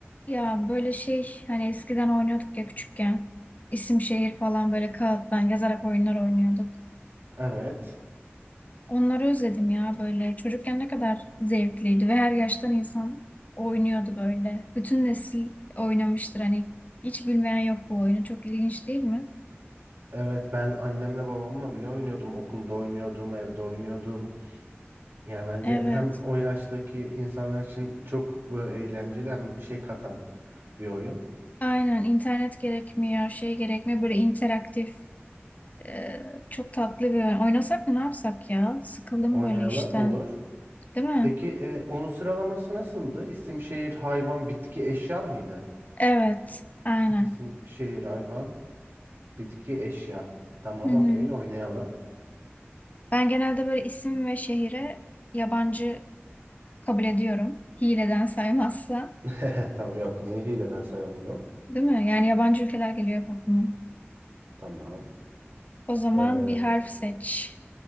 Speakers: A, on the left; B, on the right.
A: Ya böyle şey hani eskiden oynuyorduk ya küçükken. İsim şehir falan böyle kağıttan yazarak oyunlar oynuyorduk.
B: Evet.
A: Onları özledim ya böyle. Çocukken ne kadar zevkliydi ve her yaştan insan oynuyordu böyle. Bütün nesil oynamıştır hani hiç bilmeyen yok bu oyunu. Çok ilginç değil mi?
B: Evet ben annemle babamla bile oynuyordum. Okulda oynuyordum, evde oynuyordum. Yani bence
A: Evet.
B: hem o yaştaki insanlar için çok böyle eğlenceli hem bir şey katan bir oyun.
A: Aynen internet gerekmiyor, şey gerekmiyor. Böyle interaktif, e, çok tatlı bir oyun. Oynasak mı ne yapsak ya? Sıkıldım
B: Oynayalım
A: böyle işten,
B: olur.
A: değil mi?
B: Peki e, onun sıralaması nasıldı? İsim, şehir, hayvan, bitki, eşya mıydı?
A: Evet, aynen.
B: İsim, şehir, hayvan, bitki, eşya. Tamam
A: Hı hı.
B: okey oynayalım.
A: Ben genelde böyle isim ve şehire yabancı kabul ediyorum. Hileden saymazsa,
B: <laughs> Tamam yok niye hileden sayalım canım.
A: değil mi? Yani yabancı ülkeler geliyor hep aklıma.
B: Tamam.
A: O zaman
B: Ee,
A: bir harf seç.